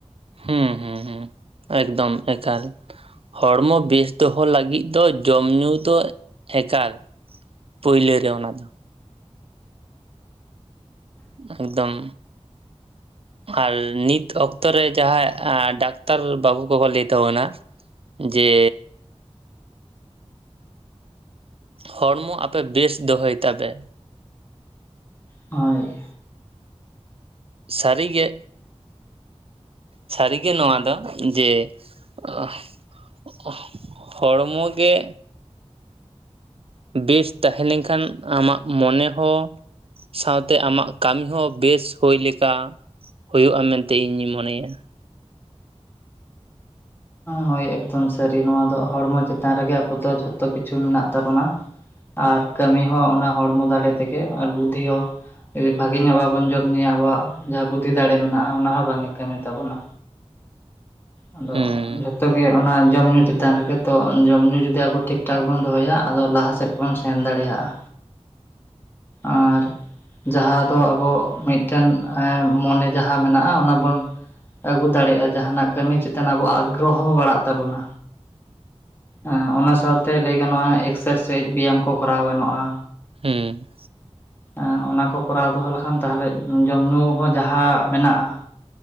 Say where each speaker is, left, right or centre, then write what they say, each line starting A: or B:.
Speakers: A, on the right; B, on the left.
A: ᱦᱩᱸ ᱦᱩᱸ ᱦᱩᱸ ᱮᱠᱫᱚᱢ ᱮᱠᱟᱞ ᱦᱚᱲᱢᱚ ᱵᱮᱥ ᱫᱚᱦᱚ ᱞᱟᱹᱜᱤᱫ ᱫᱚ ᱡᱚᱢ ᱧᱩ ᱫᱚ ᱮᱠᱟᱞ ᱯᱟᱹᱭᱞᱳ ᱨᱮ ᱚᱱᱟ ᱫᱚ ᱮᱠᱫᱚᱢ ᱟᱨ ᱱᱤᱛ ᱚᱠᱛᱚᱨᱮ ᱡᱟᱦᱟᱸᱭ ᱰᱟᱠᱛᱟᱨ ᱵᱟᱹᱵᱩ ᱠᱚᱼᱠᱚ ᱞᱟᱹᱭ ᱛᱟᱵᱚᱱᱟ ᱡᱮᱻ ᱦᱚᱲᱢᱚ ᱟᱯᱮ ᱵᱮᱥ ᱫᱚᱦᱚᱭ ᱛᱟᱵᱮᱱ
B: ᱦᱳᱭ
A: ᱥᱟᱹᱨᱤ ᱜᱮ ᱥᱟᱹᱨᱤ ᱜᱮ ᱱᱚᱣᱟ ᱫᱚ ᱡᱮ <unintelligible> <unintelligible> ᱦᱚᱲᱢᱚ ᱜᱮ ᱵᱮᱥ ᱛᱟᱦᱮᱸ ᱞᱮᱱᱠᱷᱟᱱ ᱟᱢᱟᱜ ᱢᱚᱱᱮ ᱦᱚᱸ ᱥᱟᱶᱛᱮ ᱟᱢᱟᱜ ᱠᱟᱹᱢᱤ ᱦᱚᱸ ᱵᱮᱥ ᱦᱳᱭ ᱞᱮᱠᱟ ᱦᱳᱭᱳᱜᱼᱟ ᱢᱮᱱᱛᱮ ᱤᱧᱤᱧ ᱢᱚᱱᱮᱭᱟ
B: ᱦᱳᱭ ᱮᱠᱫᱚᱢ ᱥᱟᱹᱨᱤ ᱱᱚᱣᱟ ᱫᱚ ᱦᱚᱲᱢᱚ ᱪᱮᱛᱟᱱ ᱨᱮᱜᱮ ᱟᱵᱚ ᱫᱚ ᱡᱷᱚᱛᱚ ᱠᱤᱪᱷᱩ ᱢᱮᱱᱟᱜ ᱛᱟᱵᱚᱱᱟ! ᱟᱨ ᱠᱟᱹᱢᱤ ᱦᱚᱸ ᱚᱱᱟ ᱦᱚᱲᱢᱚ ᱫᱟᱲᱮ ᱛᱮᱜᱮ ᱟᱨ ᱵᱩᱫᱽᱫᱷᱤ ᱦᱚᱸ ᱡᱩᱫᱤ ᱵᱷᱟᱜᱮ ᱧᱚᱜ ᱵᱟᱵᱚᱱ ᱡᱚᱢᱼᱧᱩᱩᱭᱟ ᱟᱵᱚᱣᱟᱜ ᱡᱟᱦᱟᱸ ᱵᱩᱫᱷᱤ ᱫᱟᱲᱮ ᱢᱮᱱᱟᱜᱼᱟ ᱚᱱᱟ ᱦᱚᱸ ᱵᱟᱝ ᱮ ᱠᱟᱹᱢᱤ ᱛᱟᱵᱚᱱᱟ ᱟᱫᱚ
A: ᱦᱩᱸ
B: ᱡᱚᱛᱚ ᱜᱮ ᱚᱱᱟ ᱡᱚᱢ ᱧᱩᱩ ᱪᱮᱛᱟᱱ ᱨᱮᱜᱮ ᱛᱚ ᱡᱚᱢ ᱧᱩᱩ ᱡᱩᱫᱤ ᱟᱵᱚ ᱴᱷᱤᱠᱼᱴᱷᱟᱠ ᱵᱚᱱ ᱫᱚᱦᱚᱭᱟ ᱟᱫᱚ ᱞᱟᱦᱟ ᱥᱮᱫ ᱵᱚᱱ ᱥᱮᱱ ᱫᱟᱲᱮᱭᱟᱜᱼᱟ ᱟᱨ ᱡᱟᱦᱟᱸ ᱫᱚ ᱟᱵᱚ ᱢᱤᱫᱴᱮᱱ <unintelligible> ᱢᱚᱱᱮ ᱡᱟᱦᱟᱸ ᱢᱮᱱᱟᱜᱼᱟ ᱚᱱᱟ ᱵᱚᱱ ᱟᱹᱜᱩ ᱫᱟᱲᱮᱜᱼᱟ ᱡᱟᱦᱟ ᱱᱟᱜ ᱠᱟᱹᱢᱤ ᱪᱮᱛᱟᱱ ᱟᱵᱚᱣᱟᱜ ᱟᱜᱽᱜᱨᱚᱦᱚ ᱵᱟᱲᱟᱜ ᱛᱟᱵᱚᱱᱟ ᱟᱸ ᱚᱱᱟ ᱥᱟᱶᱛᱮ ᱞᱟᱹᱭ ᱜᱟᱱᱚᱜᱼᱟ ᱮᱠᱥᱟᱨᱥᱟᱭᱤᱡ ᱵᱮᱭᱟᱢ ᱠᱚ ᱠᱚᱨᱟᱣ ᱜᱟᱱᱚᱜᱼᱟ
A: ᱦᱩᱸ
B: ᱟᱸ ᱚᱱᱟ ᱠᱚ ᱠᱚᱨᱟᱣ ᱫᱚᱦᱚ ᱞᱮᱠᱷᱟᱱ ᱛᱟᱦᱚᱞᱮ ᱡᱚᱢ ᱧᱩ ᱦᱚᱸ ᱡᱟᱦᱟ ᱢᱮᱱᱟᱜᱼᱟ